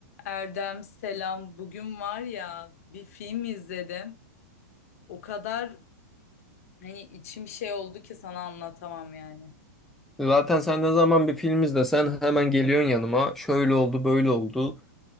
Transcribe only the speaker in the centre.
Zaten sen ne zaman bir film izlesen hemen geliyorsun yanıma. Şöyle oldu, böyle oldu.